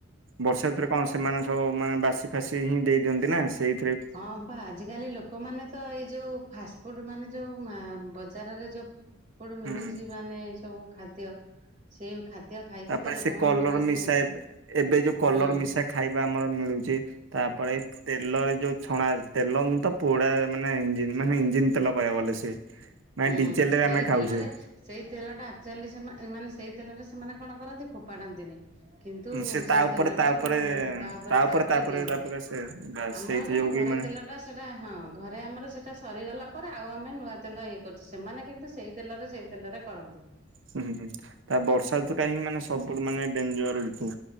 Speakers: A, on the right (about 75°); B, on the right (about 40°).
A: ବର୍ଷା ଋତୁରେ କଣ ସେମାନେ ସବୁ ମାନେ ବାସି ଫାସି ହିଁ ଦେଇ ଦିଅନ୍ତି ନା ସେଇ
B: ହଁ ପା ଆଜିକାଲି ଲୋକମାନେ ତ ଏଇ ଯୋଉ ଫାଷ୍ଟଫୁଡ଼୍ ମାନେ ଯେଉଁ ବଜାରରେ ଯେଉଁ ଫାଷ୍ଟଫୁଡ଼୍ ମିଳୁଛି,
A: ହୁଁ
B: ମାନେ ସବୁ ଖାଦ୍ୟ, ସେଇ ଖାଦ୍ୟ ଖାଇକି
A: ତାପରେ
B: ତ ଲୋକମାନେ
A: ସେ କଲର
B: ବହୁତ
A: ମିଶା, ଏବେ ଯୋଉ କଲର
B: ହୁଁ
A: ମିଶା ଖାଇବା ଆମର ମିଳୁଛି, ତାପରେ ତେଲରେ ଯୋଉ ଛଣା, ତେଲ ନୁହଁ ତ ପୋଡା ମାନେ ଇଞ୍ଜିନ ମାନେ ଇଞ୍ଜିିନ ତେଲ କହିବାକୁ ଗଲେ, ସେ ମାନେ
B: ହୁଁ,
A: ଡିଜେଲ ରେ
B: ସେଇ
A: ଆମେ ଖାଉଛେ।
B: ତେଲରେ, ସେଇ ତେଲ ଟା ଆକଚୁଆଲୀ ସେ ମାନେ ସେଇ ତେଲରେ ସେମାନେ କଣ କରନ୍ତି, ଫୋ ପାଡ଼ନ୍ତିନି, କିନ୍ତୁ
A: ସେ
B: ସେଇ
A: ତା ଉପରେ
B: ତେଲ
A: ତା
B: ଟାକୁ
A: ଉପରେ
B: ତାପରେ
A: ତା
B: ତାପରେ
A: ଉପରେ
B: ଦିଅନ୍ତି
A: ତାପରେ
B: ।
A: ସେ ବାସ୍
B: ଆମର
A: ସେଇଥି
B: କଣ
A: ଯୋଗୁ
B: ଘରେ
A: ବି ମାନେ
B: ତେଲ ଟା ସେଟା, ହଁ ଘରେ ଆମର ସେଟା ସରିଗଲା ତାପରେ ଆଉ ଆମେ ନୂଆ ତେଲ ଇଏ କରୁଛୁ, ସେମାନେ କିନ୍ତୁ ସେଇ ତେଲରେ ସେଇ ତେଲରେ କରନ୍ତି ।
A: ହୁଁ, ହୁଁ, ତା ବର୍ଷା କାହିଁକି ମାନେ ସବୁ ମାନେ ଡେଞ୍ଜର ର